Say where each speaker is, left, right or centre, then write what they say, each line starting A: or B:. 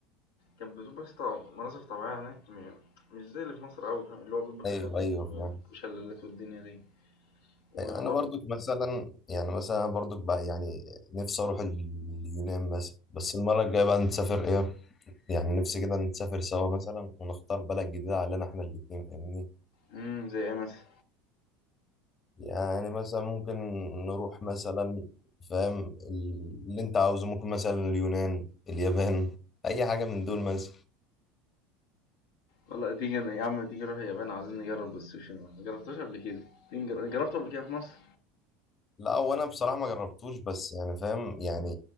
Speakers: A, on the left; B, on the left.
A: كان بتبقى بس طو- مناظر طبيعية هناك م- مش زي اللي في مصر أوي فاهم اللي هو بيبقى
B: ايوه
A: فيه غابات
B: ايوه
A: و-
B: فاهم.
A: وشلالات والدنيا دي وبرضه
B: انا برضك مثلا يعني مثلا برضك بقى يعني نفسي اروح اليونان مثلا بس المره الجايه بقى نسافر ايه يعني نفسي كده نسافر سوا مثلا ونختار بلد جديده علينا احنا الاتنين فاهمني
A: امم زي ايه مثلا
B: يعني مثلا ممكن نروح مثلا فاهم اللي انت عاوزه ممكن مثلا اليونان اليابان اي حاجه من دول مثلا
A: والله تيجي يا عم تيجي نروح اليابان عايزين نجرب السوشي ما جربتوش قبل كده تيجي نجر- جربته قبل كده في مصر
B: لا هو انا بصراحه ما جربتوش بس يعني فاهم يعني